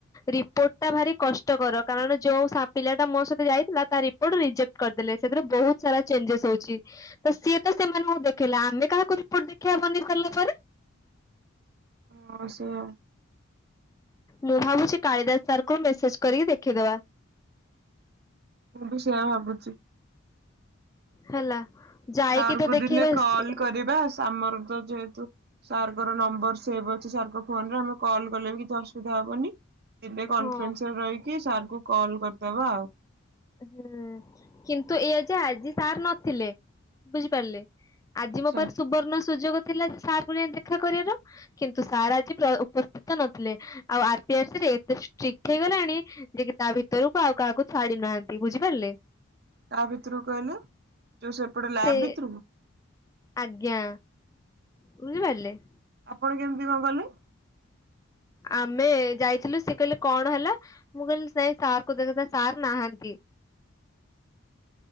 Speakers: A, on the left; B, on the right.
A: ରିପୋର୍ଟଟା ଭାରି କଷ୍ଟକର କାରଣ ଯୋଉ ସାଆ ପିଲା ଟା ମୋ ସହିତ ଯାଇଥିଲା ତା ରିପୋର୍ଟ ରିଜେକ୍ଟ କରିଦେଲେ ସେଥିରେ ବହୁତ ସାରା ଚେଞ୍ଜେସ ହଉଛି। ତ ସିଏ ତ ସେମାନଙ୍କୁ ଦେଖେଇଲା ଆମେ କାହାକୁ ରିପୋର୍ଟ ଦେଖେଇବା ବନେଇ ସାରିଲା ପରେ।
B: ହଁ ସେଇଆ।
A: ମୁଁ ଭାବୁଛି କାଳିଦାସ ସାରଙ୍କୁ ମେସେଜ କରିକି ଦେଖେଇଦବା।
B: ମୁଁ ବି ସେୟା ଭାବୁଛି।
A: ହେଲା। ଯାଇକି
B: ସାରଙ୍କୁ
A: ତ ଦେଖେଇବା
B: ଦିନେ କଲ
A: ସ
B: କରିବା ଆମର ତ ଯେହେତୁ ସାରଙ୍କର ନମ୍ବର ସେଭ ଅଛି ସାରଙ୍କର ଫୋନରେ ଆମେ କଲ୍ କଲେ ବି କିଛି ଅସୁବିଧା ହବନି। ଦିନେ କନଫରେନ୍ସରେ
A: ହଁ
B: ରହିକି ସାରଙ୍କୁ କଲ୍ କରିଦବା ଆଉ।
A: ହୁଁ କିନ୍ତୁ ଏଇଆ ଯେ ଆଜି ସାର୍ ନଥିଲେ ବୁଝିପାରିଲେ। ଆଜି
B: ଆଚ୍ଛା
A: ମୋ ପାଖରେ ସୁବର୍ଣ୍ଣ ସୁଯୋଗ ଥିଲା ଯେ ସାରଙ୍କୁ ଯାଇ ଦେଖା କରିବାର। କିନ୍ତୁ ସାର୍ ଆଜି ପ୍ର ଉପସ୍ଥିତ ନଥିଲେ ଆଉ ଆର ପି ଆରସି ରେ ଏତେ ଷ୍ଟ୍ରିକ୍ଟ ହେଇଗଲାଣି ଯେ କି ତା ଭିତରକୁ ଆଉ କାହାକୁ ଛାଡି ନାହାନ୍ତି ବୁଝିପାରିଲେ।
B: କାହା ଭିତରୁକୁ କହିଲେ ଯୋଉ ସେପଟ ଲ୍ୟାବ
A: ସେ
B: ଭିତରକୁ?
A: ଆଜ୍ଞା ବୁଝିପାରିଲେ?
B: ଆପଣ କେମିତି କଣ କଲେ?
A: ଆମେ ଯାଇଥିଲୁ ସେ କହିଲେ କଣ ହେଲା? ମୁ କହିଲି ନାଇ ସାରଙ୍କୁ ଦେଖା ନାଇଁ ସାର୍ ନାହାନ୍ତି।